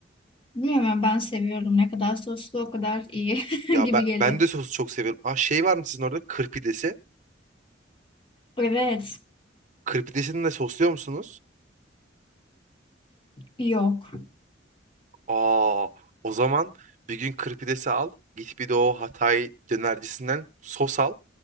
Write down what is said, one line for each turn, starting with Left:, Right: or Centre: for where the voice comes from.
Left: Bilmiyorum ya, ben seviyorum. Ne kadar soslu o kadar iyi <laughs>
Right: Ya
Left: gibi
Right: ben,
Left: geliyor.
Right: ben de sosu çok seviyorum. Aa şey var mı sizin orada? Kırpidesi.
Left: Evet.
Right: Kırpidesini de sosluyor musunuz?
Left: Yok.
Right: Aa o zaman bir gün kırpidesi al. Git bir de o Hatay dönercisinden sos al.